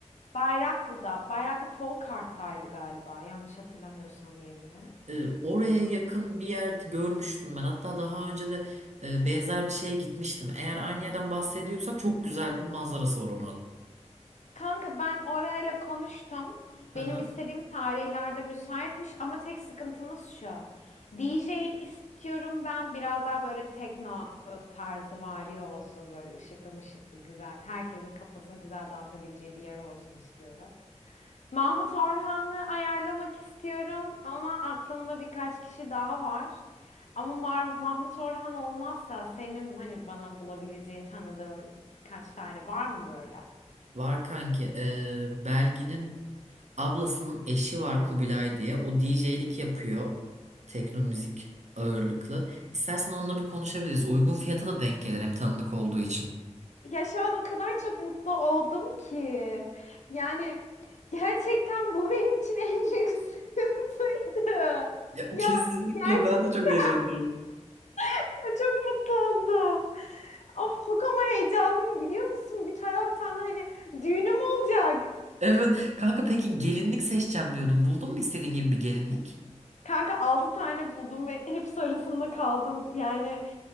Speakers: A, on the left; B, on the right.
A: Bayraklı'da, Bayraklı Folkart'taydı galiba yanlış hatırlamıyorsam yerine.
B: E, oraya yakın bir yerde görmüştüm ben. Hatta daha önce de e, benzer bir şeye gitmiştim. Eğer aynı yerden bahsediyorsak çok güzel bir manzarası var onun.
A: Kanka ben orayla konuştum. Benim
B: Aha,
A: istediğim tarihlerde müsaitmiş ama tek sıkıntımız şu. D J istiyorum ben biraz daha böyle tekno e, tarzı vari olsun böyle ışıklı mışıklı güzel. Herkesin kafasını güzel dağıtabileceği bir yer olsun istiyorum. Mahmut Orhan'ı ayarlamak istiyorum ama aklımda birkaç kişi daha var. Ama Mar- Mahmut Orhan olmazsa senin hani bana bulabileceğin tanıdığın birkaç tane var mı böyle?
B: var kanki. Ee, Belgin'in ablasının eşi var Kubilay diye. O DJ'lik yapıyor. Tekno müzik ağırlıklı. İstersen onunla bir konuşabiliriz. Uygun fiyata da denk gelir hem tanıdık olduğu için.
A: Ya şu an o kadar çok mutlu oldum ki. Yani gerçekten bu benim için en büyük <laughs> sıkıntıydı.
B: Ya kesinlikle
A: Ya gerçekten
B: ben de çok heyecanlıyım.
A: ya çok mutlu oldum. Of çok ama heyecanlıyım biliyor musun? Bir taraftan da hani düğünüm olacak.
B: Evet kanka peki gelinlik seçeceğim diyordun. Buldun mu istediğin gibi bir gelinlik?
A: Kanka altı tane buldum ve hep arasında kaldım. Yani